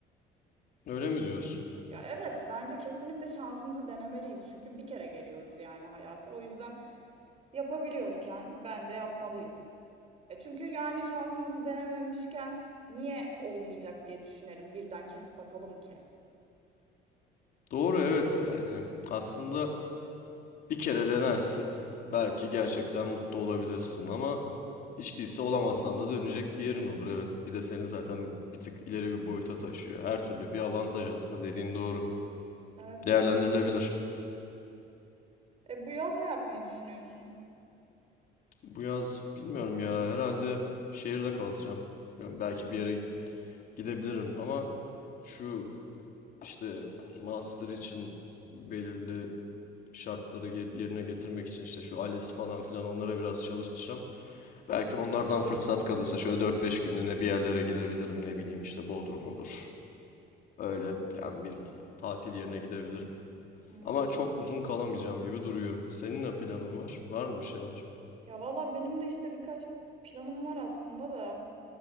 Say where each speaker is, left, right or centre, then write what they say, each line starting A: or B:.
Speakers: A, on the left; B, on the right.
A: öyle mi diyorsun?
B: Ya evet bence kesinlikle şansımızı denemeliyiz. Çünkü bir kere geliyoruz yani hayata. O yüzden yapabiliyorken bence yapmalıyız. E çünkü yani şansımızı denememişken niye olmayacak diye düşünelim. Birden kesip atalım ki.
A: Doğru evet yani. Aslında Bir kere denersin. Belki gerçekten mutlu olabilirsin ama hiç değilse olamazsan da dönecek bir yerin olur. Evet, bir de seni zaten bir tık ileri bir boyuta taşıyor. Her türlü bir avantaj aslında dediğin doğru.
B: Evet
A: Değerlendirilebilir.
B: ben. E bu yaz ne yapmayı düşünüyorsun?
A: Bu yaz bilmiyorum ya herhalde şehirde kalacağım. Yani belki bir yere gidebilirim ama şu işte master için belirli şartları gel- yerine getirmek için işte şu ALES falan filan onlara biraz çalışacağım. Belki onlardan fırsat kalırsa şöyle dört beş günlüğüne bir yerlere gidebilirim. Ne bileyim işte Bodrum olur. Öyle yani bir tatil yerine gidebilirim.
B: Hmm.
A: Ama çok uzun kalamayacağım gibi duruyor. Senin ne planın var? Var mı bir şeyler?
B: Ya valla benim de işte birkaç planım var aslında da.